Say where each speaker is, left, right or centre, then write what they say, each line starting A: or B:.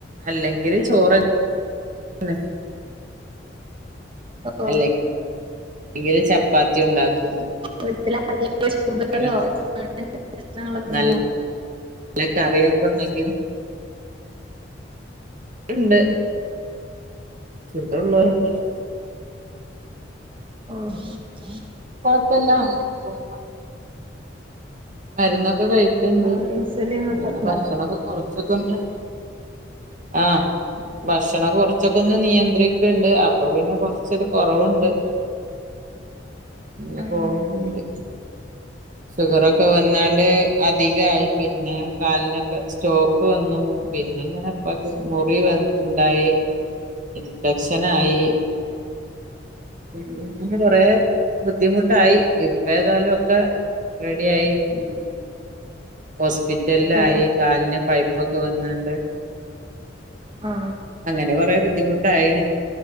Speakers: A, on the right; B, on the right.
A: അല്ലെങ്കിൽ ചോറന്നെ
B: ഓ
A: അല്ലെ എല്ലങ്കില് ചപ്പാത്തി ഉണ്ടാക്കും
B: വീട്ടില് ആർക്കേലും ഷുഗറോ
A: എപ്പോഴെങ്കിലൊക്കെ
B: അങ്ങന്ത്ത പ്രശ്നങ്ങളൊക്കെ
A: നല്ല
B: ഉണ്ടോ
A: കറിയൊക്കെ ഉണ്ടാകീനോ ണ്ട് ണ്ട്
B: ഉം
A: ഇവ്ടെള്ളോരുണ്ടലോ
B: ആഹ
A: ഇപ്പല്ലാം അങ്ങനെക്കെ പോകുന്നോ മരുന്നൊക്കെ കഴിക്കുണ്ട്
B: ആ ഇൻസുലിൻ ഒക്കെ
A: പിന്നെ
B: ഉണ്ടോ
A: ഭക്ഷണൊക്കെ കൊറച്ച്ക്ക്ണ് ആഹ ഭക്ഷണം കൊറച്ചൊക്കെ ഒന്ന് നിയന്ത്രിക് ക്ക്ണ്ട് അപ്പൊ പിന്നെ കൊറച്ചൊരു കൊറവുണ്ട് ഇങ്ങെ
B: ആ
A: കോവണ്ട് ഷുഗറൊക്കെ വന്നാണ്ട്. അധികായി. പിന്നെ കാലിനൊക്കെ സ്റ്റോക്ക് വന്നു. പിന്നെങ്ങനെപ്പം മുറി വന്നു. ണ്ടായി. ഇൻഫക്ഷനായി. ഉ ഇങ്ങെ കൊറെ ബുദ്ധിമുട്ടായി ഇപ്പേഏതായാലും ഒക്കെ റെഡി ആയി മ്. ഹോസ്പിറ്റലിലായി
B: ഓ
A: കാലിന് പൈപ്പൊക്കെ വന്നണ്ട്.
B: ആ
A: അങ്ങനെ കൊറെേ ബുദ്ധിമുട്ടായി ണ്.